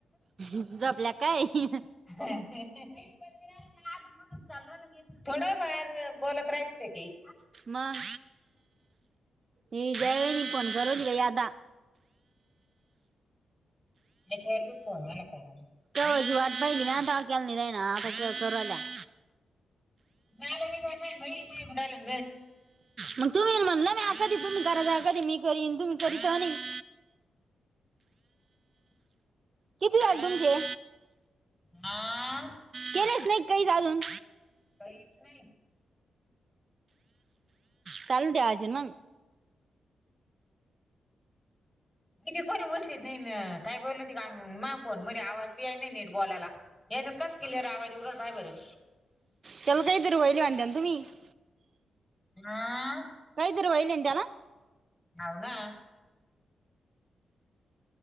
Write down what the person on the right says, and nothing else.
झोपल्या का काय.
मग हे जायनी फोन करूली गयादा <inaudible>
तजी वाट पाहिली मता केला नाही जाय ना आता कवायला <inaudible>
मग तुम्ही म्हणलं मी अखधी तुम्ही करायच अखधी मी करीन तुम्ही करीता आणि <inaudible> किती झाले तुमचे?
केलेच नाही काही जा अजून.
चालु ठेवायचे ना फोन
त्याला काही दर वहिली आणध्या तुम्ही <inaudible>
कायतर वहिलें ना.